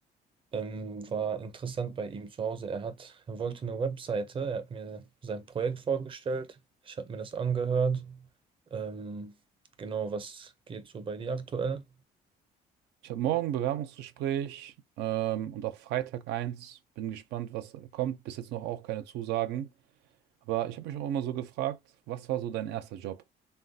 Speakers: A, on the right (about 30°); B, on the right (about 85°).
A: Ähm, war interessant bei ihm zu Hause. Er hat, er wollte eine Webseite. Er hat mir sein Projekt vorgestellt. Ich habe mir das angehört. Ähm, genau, was geht so bei dir aktuell?
B: Ich habe morgen ein Bewerbungsgespräch ähm, und auch Freitag eins. Bin gespannt, was kommt. Bis jetzt noch auch keine Zusagen. Aber ich habe mich auch immer so gefragt, was war so dein erster Job?